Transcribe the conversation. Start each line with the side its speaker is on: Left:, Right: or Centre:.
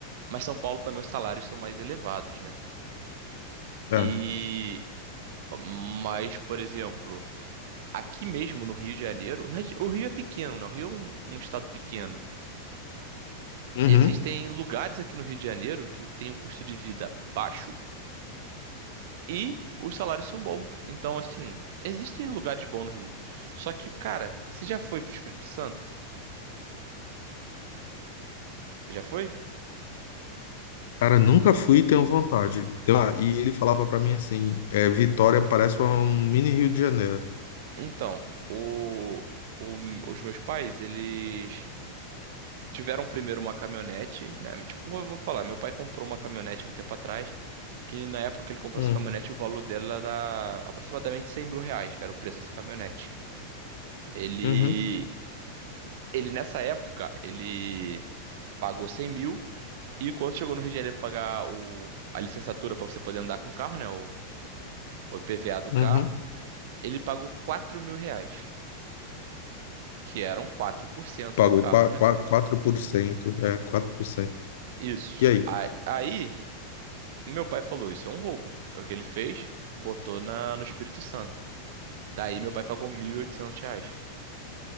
Right: Mas São Paulo também os salários são mais elevados, né?
Left: é.
Right: E. Mas, por exemplo, aqui mesmo no Rio de Janeiro, o Rio o Rio é pequeno, né? O Rio é um um estado pequeno.
Left: Uhum.
Right: Existem lugares aqui no Rio de Janeiro que tem um custo de vida baixo e os salários são bons. Então, assim, existem lugares bons no Rio. Só que, cara, você já foi pro Espírito Santo? Já foi?
Left: Cara, nunca fui e tenho vontade. Então, ah, e ele falava pra mim assim, é, Vitória parece um mini Rio de Janeiro.
Right: Então, o- o- os meus pais, eles tiveram primeiro uma caminhonete, né? Tipo, eu vou falar, meu pai comprou uma caminhonete há um tempo atrás, que na época que ele comprou
Left: Hum,
Right: essa caminhonete, o valor dela era aproximadamente 100 mil reais, que era o preço dessa caminhonete. Ele,
Left: Uhum,
Right: ele nessa época, ele pagou 100 mil, e quando chegou no Rio de Janeiro pra pagar o, a licenciatura pra você poder andar com o carro, né? O, o IPVA do carro,
Left: uhum.
Right: ele pagou 4 mil reais, que eram quatro por cento
Left: Pagou
Right: do carro,
Left: 4%,
Right: né?
Left: 4%, é, 4%.
Right: Isso.
Left: E aí?
Right: Aí, aí, meu pai falou: Isso é um roubo. É o que ele fez, botou na, no Espírito Santo. Daí, meu pai pagou 1.800 reais.